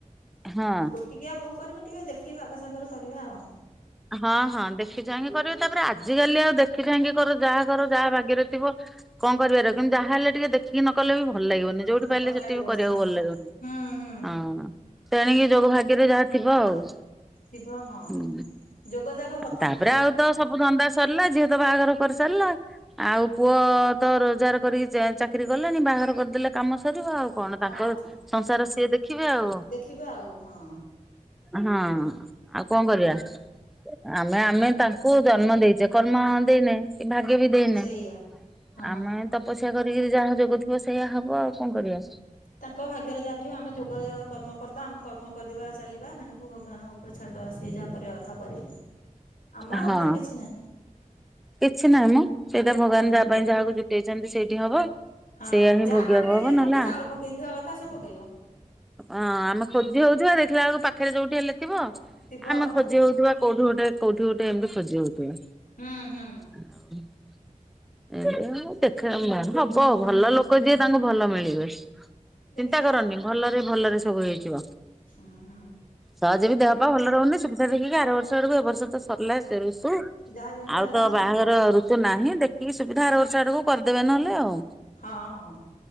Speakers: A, in the centre; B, on the left.
A: ହଁ।
B: ଗୋଟିକିଆ ବୋହୁ କରମି ଟିକେ ଦେଖିକି ବାଗ ସାଗରେ କରିବା ଆଉ।
A: ହଁ ହଁ ଦେଖି ଚାହିଁକି କରିବେ ତାପରେ ଆଜିକାଲି ଆଉ ଦେଖି ଚାହିଁକି କର ଯାହା କର ଯାହା ଭାଗ୍ୟରେ ଥିବ କଣ କରିବାର କିନ୍ତୁ ଯାହାହଲେ ଟିକେ ଦେଖିକି ନ କଲେ ବି ଭଲ ଲାଗିବନି। ଯୋଉଠି ପାଇଲେ
B: ଭଲ
A: ସେଠି
B: ଲାଗିବନି
A: ବି କରିବାକୁ
B: ହଁ
A: ଭଲ ଲାଗିବନି
B: ହୁଁ ହୁଁ
A: ହଁ। ତେଣିକି ଯୋଗ ଭାଗ୍ୟରେ ଯାହା ଥିବ ଆଉ।
B: ଥିବ ହଁ
A: ହୁଁ।
B: ଯୋଗ ଯାଗ କଥା।
A: ତାପରେ ଆଉ ତ ସବୁ ଧନ୍ଦା ସରିଲା ଝିଅ ତ ବାହାଘର କରି ସାରିଲା ଆଉ ପୁଅ ତ ରୋଜଗାର କରିକି ଜେ ଚାକିରି କିରୀ କଲେଣି ବାହାଘର କରିଦେଲେ କାମ ସରିବ ଆଉ କଣ
B: ହଁ
A: ତାଙ୍କ ସଂସାର ସିଏ ଦେଖ ଦେଖିବେ ଆଉ
B: ଦେଖିବା ଆଉ ହଁ
A: ହଁ। ଆଉ କଣ କରିବା। ଆମେ ଆମେ ତାଙ୍କୁ ଜନ୍ମ ଦେଇଚେ କର୍ମ ଦେଇନେ। କି ଭାଗ୍ୟ ବି ଦେଇନେ।
B: ସେଇଆ ହଁ
A: ଆମେ ତପସ୍ୟା କରି କିରି ଯାହା ଯୋଗ ଥିବ ସେଇଆ ହବ ଆଉ କଣ କରିବା।
B: ତାଙ୍କ ଭାଗ୍ୟରେ ଯାହା ଥିବ। ଆମେ ଯୋଗ କର୍ମକର୍ତ୍ତା ଆମେ କର୍ମ କରିବା ଚାଲିବା ହେଣୁକୁ ଭଗବାନଙ୍କ ଉପ ଉପରେ ଛାଡ଼ିଦେବା ସିଏ ଯାହା କରିବା କଥା କରିବେ। ଆମ
A: ହଁ
B: ହାତରେ କିଛି ନାହିଁ
A: କିଛି ନାହିଁ ମ ସେଇଟା ଭଗବାନ
B: ହୁଁ
A: ଯାହା ପାଇଁ ଯାହାକୁ ଯ ସେଇଠି ହବ।
B: ହଁ
A: ସେଇଆ ହିଁ
B: ଯାହା
A: ଭୋଗିବାକୁ
B: ହାଣ୍ଡିରେ
A: ହବ
B: ଯିଏ ଯୋଉଠି
A: ନହେଲେ ଆ
B: ଚାଉଳ ପକେଇଥିବା କଥା ସେ ପକେଇବ
A: ଅଁ ଆମେ ଖୋଜି ହୋଉଥିବା ଦେଖିଲା ବେଳକୁ ପାଖରେ ଯୋଉଠି ହେଲେ ଥିବ
B: ଥିବ
A: ଆମେ
B: ହଁ
A: ଖୋଜି ହୋଉଥିବା କୋଉଠି ଗୋଟେ କୋଉଠି ଗୋଟେ ଏମିତି ଖୋଜି ହୋଉଥିବା।
B: ହୁଁ ହୁଁ
A: ଆଉ। ଏନ୍ତି ଆ ଦେଖେମ୍ୱା ହବ ଭଲ ଲୋକ ଯିଏ ତାଙ୍କୁ ଭଲ ମିଳିବେ।
B: ଦେଖିବା
A: ଚିନ୍ତା କରନି ଭଲରେ ଭଲରେ ସବୁ ହେଇଯିବ।
B: ହୁଁ ହୁଁ
A: ସହଜେ ବି ଦେହ ପା ଭଲ ରହୁନି ସୁବିଧା ଦେଖିକି ଆର ବର୍ଷ ଆଡକୁ ଏବ ବର୍ଷ ତ ସରିଲା ସେ ଋତୁ
B: ଯାହା ଯେମିତି
A: ଆଉ
B: ହେଲା
A: ତ
B: ହଁ
A: ବାହାଘର ଋତୁ ନାହିଁ ଦେଖି କି ସୁବିଧା ଆର ବର୍ଷ ଆଡ଼କୁ କରିଦେବେ ନହେଲେ ଆଉ।
B: ହଁ ହଁ।